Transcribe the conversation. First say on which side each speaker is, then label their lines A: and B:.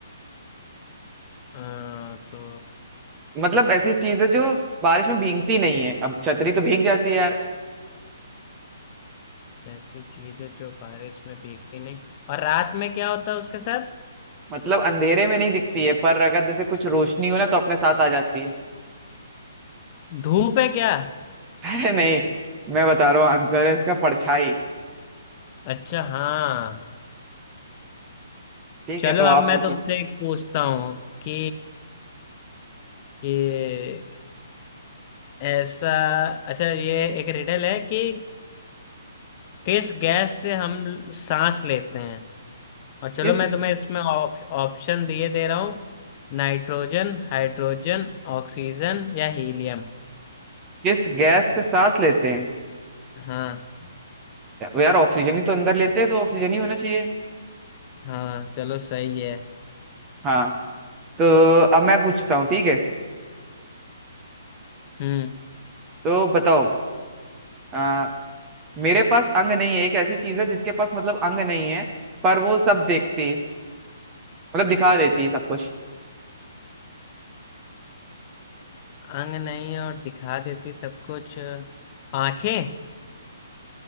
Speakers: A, on the left; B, on the right.
A: अ, तो
B: मतलब ऐसी चीज है जो बारिश में भीगती नहीं है अब छतरी तो भीग जाती है यार
A: ऐसी चीज है जो बारिश में भीगती नहीं और रात में क्या होता है उसके साथ
B: मतलब अंधेरे में नहीं दिखती है पर अगर जैसे कुछ रोशनी हो ना तो अपने साथ आ जाती है
A: धूप है क्या
B: <laughs> अरे नहीं मैं बता रहा हूँ आंसर है इसका परछाई
A: अच्छा हाँ
B: ठीक
A: चलो
B: है तो
A: अब
B: आप
A: मैं
B: पूछो
A: तुमसे एक पूछता हूँ कि कि ऐसा अच्छा ये एक रिडल है कि किस गैस से हम सांस लेते हैं और चलो
B: किस
A: मैं तुम्हें इसमें ऑप, ऑप्शन दिए दे रहा हूँ नाइट्रोजन हाइड्रोजन ऑक्सीजन या हीलियम
B: किस गैस को साथ लेते हैं
A: हाँ
B: यार ऑक्सीजन ही तो अंदर लेते हैं तो ऑक्सीजन ही होना चाहिए
A: हाँ चलो सही है
B: हाँ तो अब मैं पूछता हूँ ठीक है
A: हम्म
B: तो बताओ आ, मेरे पास अंग नहीं है एक ऐसी चीज है जिसके पास मतलब अंग नहीं है पर वो सब देखती है मतलब दिखा देती है सब कुछ
A: अंग नहीं है और दिखा देती सब कुछ आंखें